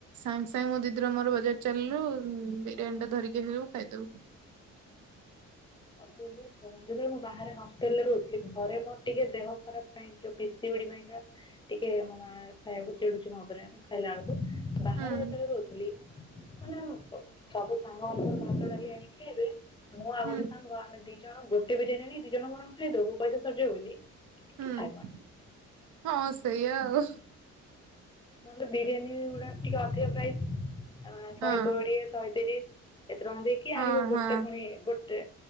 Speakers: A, on the right; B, on the left.
A: ସାଙ୍ଗେ ସାଙ୍ଗେ ମୋ ଦିଦିର ମୋର ବଜାର ଚାଲିଲୁ ବିରିୟାନୀ ଟେ ଧରିକି ଆସିଲୁ ଖାଇଦବୁ।
B: <inaudible> <unintelligible> ମୁଁ ବାହାରେ ହଷ୍ଟେଲ୍ ରେ ରହୁଥିଲି ଘରେ ମୋର ଟିକେ ଦେହ ଖରାପ୍ ପାଇଁ ଯଉ ପିସି ଉଡି ପାଇଁକା ଟିକେ ମୋ ମା ଖାଇବାକୁ ଚିଡୁଚି ମୋ ଉପରେ ଖାଇଲା ବେଳକୁ ବାହାରେ
A: ହୁଁ
B: ଯେତେବେଳେ ରହୁଥିଲି ମାନେ ଅ-ସବୁ ସାଙ୍ଗ ମାନେ ଭାତ ଡାଲି ଆଣିକି ଖାଇବେ ମୁଁ ଆଉ
A: ହୁଁ
B: ଗୋଟେ ସାଙ୍ଗ ଆମେ ଦି ଜଣ ଗୋଟେ ବିରିୟାନୀ ଆଣିକି ଦି ଜଣ ବରଂ ଖାଇଦବୁ ପଇସା ସରିଯିବ ବୋଲି କିନ୍ତୁ
A: ହୁଁ-
B: ଖାଇବନି
A: ହଁ ସେଇଆ ଆଉ।
B: ନହେଲେ ବିରିୟାନୀ ଗୁଡା ଟିକେ ଅଧିକ ପ୍ରାଇସ୍ ଆ-ଶହେ
A: ଆଉ
B: କୋଡିଏ ଶହେ ତିରିଶ୍ ଏତେ ଟଙ୍କା ଦେଇକି
A: ହଁ
B: ଆଣିବ
A: ହଁ ହଁ।
B: ଗୋଟେ ପୁଣି ଗୋଟ୍ ଟେ